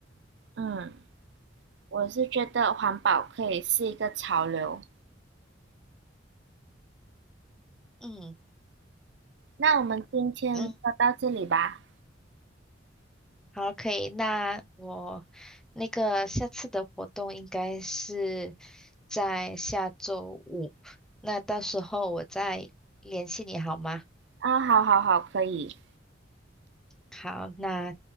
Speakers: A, on the right; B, in the centre.
A: 嗯，我是觉得环保可以是一个潮流。
B: 嗯
A: 那我们今天就到这里吧。
B: 嗯，好，可以。那我那个下次的活动应该是在下周五，那到时候我再联系你好吗？
A: 啊，好好好，可以，
B: 好，那